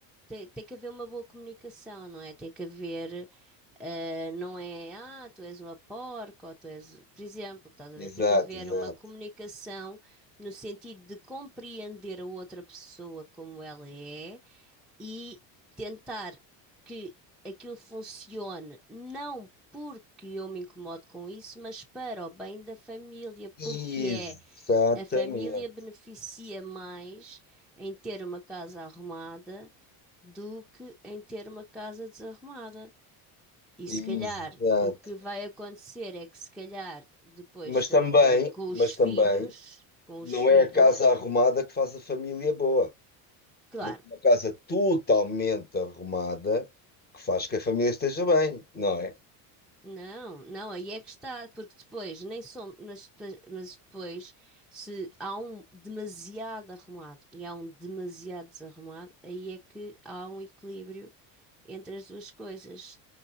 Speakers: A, in the centre; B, on the left (about 20°).
A: tem, tem que haver uma boa comunicação, não é? Tem que haver, ah, não é, ah, tu és uma porca, ou tu és, por exemplo, estás a
B: exato,
A: ver? Tem que haver
B: exato.
A: uma comunicação no sentido de compreender a outra pessoa como ela é e tentar que aquilo funcione não porque eu me incomodo com isso, mas para o bem da família, porque
B: Exatamente,
A: é a família beneficia mais em ter uma casa arrumada do que em ter uma casa desarrumada. E
B: exato.
A: se calhar o que vai acontecer é que se calhar depois
B: Mas
A: também
B: também,
A: com, com os
B: mas
A: filhos,
B: também,
A: com
B: não
A: os filhos,
B: é a casa arrumada que faz a família boa.
A: claro,
B: Não é Uma casa totalmente arrumada que faz que a família esteja bem, não é?
A: Não, não, aí é que está, porque depois nem somos, mas, mas depois, se há um demasiado arrumado e há um demasiado desarrumado, aí é que há um equilíbrio entre as duas coisas.